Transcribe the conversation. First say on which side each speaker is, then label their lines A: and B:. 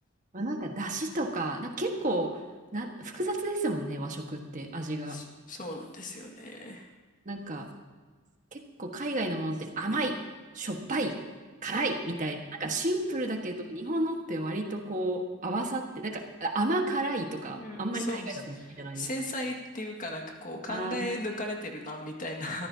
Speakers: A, on the right; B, on the left.
A: まあ、なんか、だしとか、なんか結構、な、複雑ですもんね、和食って、味が。
B: そそうなんですよね。
A: なんか、結構海外のものって甘い、しょっぱい、辛いみたいな、なんかシンプルだけど、日本のって割とこう合わさって、なんか甘辛いとか、
B: うん、
A: あんまり海外だとないじゃないですか。
B: そうです。繊細っていうかなんかこう考え抜かれてるなみたいな
A: あー